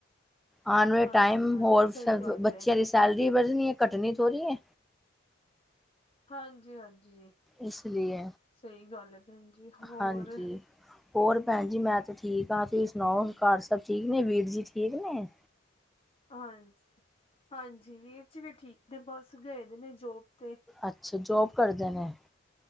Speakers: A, in the centre; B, on the left.
A: ਆਉਣ ਵਾਲਾ
B: ਹਾਂਜੀ-ਹਾਂਜੀ
A: ਟਾਈਮ ਹੋਰ
B: ਸਹੀ
A: ਸਬ
B: ਗੱਲ
A: ਬੱਚਿਆਂ
B: ਏ
A: ਦੀ ਸੈਲਰੀ ਵਧਣੀ ਹੈ। ਘਟਣੀ ਥੋੜ੍ਹੀ ਹੈ।
B: ਹਾਂਜੀ- ਹਾਂਜੀ
A: ਇਸ ਲਈ
B: ਸਹੀ ਗੱਲ ਹੈ। ਭੈਣ ਜੀ ਹੋਰ
A: ਹਾਂਜੀ ਹੋਰ ਭੈਣ ਜੀ ਮੈਂ ਤੇ ਠੀਕ ਹਾਂ ਤੁਸੀਂ ਸੁਣਾਓ ਘਰ ਸਭ ਠੀਕ ਨੇ ਵੀਰ ਜੀ ਠੀਕ ਨੇ।
B: ਹਾਂਜੀ- ਹਾਂਜੀ ਵੀਰ ਜੀ ਵੀ ਠੀਕ ਨੇ ਬਸ ਗਏ ਦੇ ਨੇ ਜੋਬ ਤੇ।
A: ਅੱਛਾ ਜੋਬ ਕਰਦੇ ਨੇ।